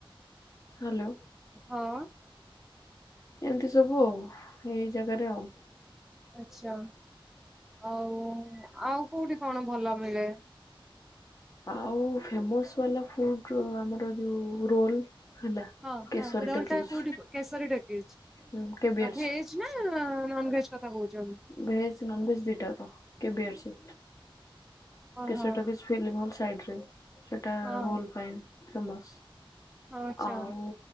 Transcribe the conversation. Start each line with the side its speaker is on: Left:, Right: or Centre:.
Left: ହ୍ୟାଲୋ।
Centre: ହଁ।
Left: ଏମିତି ସବୁ ଆଉ ଏଇ ଜାଗାରେ ଆଉ।
Centre: ଆଛା ହଉଆଉ କୋଉଠି କଣ ଭଲ ମିଳେ?
Left: ଆଉ ଫେମସ୍ ବାଲା ଫୁଡ ଆମର ଯୋଉ ରୋଲ। ହେଲା
Centre: ହଁ
Left: କେଶରୀ
Centre: ହଁ ରେଲଟା
Left: ଟକିଜ୍
Centre: କୋଉଠି କେଶରି ଡକେଜ।
Left: ହୁଁ କେବି
Centre: ଆଉ
Left: ଅଛି
Centre: ଭେଜେନା ନନ ଭେଜେ କଥା କହୁଛନ୍ତି।
Left: ଭେଜ୍ ନନ୍ ଭେଜ୍ ଦିଟା ଜାକ କେବେଆଛି।
Centre: ଓହୋ
Left: କେଶଟାବି
Centre: ହଁ।
Left: ସ୍ପିଲ ବଲ ସାଇଟ ରେ ସେଟା
Centre: ହଁ
Left: ରୋଲ ପାଇଁ ଫେମସ।
Centre: ଆଚ୍ଛା
Left: ଆଉ